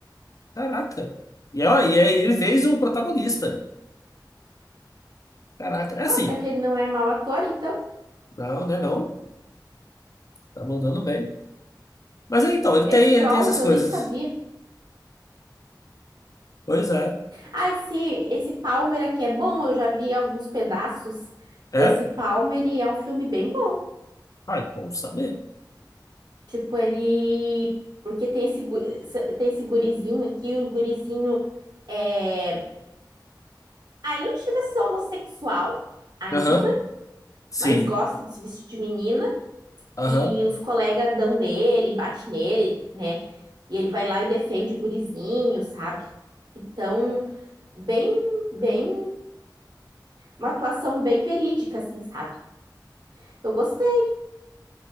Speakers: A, on the left; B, on the right.
A: Caraca. E, ó, e aí ele fez o protagonista. Caraca. É
B: Ah,
A: assim.
B: Até que ele não é mau ator, então.
A: Não, né? Não. Tá mandando bem. Mas é então, ele
B: Esse
A: tem, ele
B: Trolls
A: tem essas
B: eu
A: coisas.
B: nem sabia.
A: Pois é.
B: Ah, esse, esse Palmer aqui é bom. Eu já vi alguns pedaços
A: É?
B: desse Palmer e é um filme bem bom.
A: Ai, bom saber.
B: Tipo, ele. Porque tem esse, gu- tem esse gurizinho aqui, o gurizinho é. Ah, ele não chega a ser homossexual ainda.
A: Aham. Sim.
B: mas gosta de se vestir de menina
A: Aham.
B: e os colegas dão nele, bate nele, né? E ele vai lá e defende o gurizinho, sabe? Então, bem, bem, uma atuação bem verídica, assim, sabe? Eu gostei.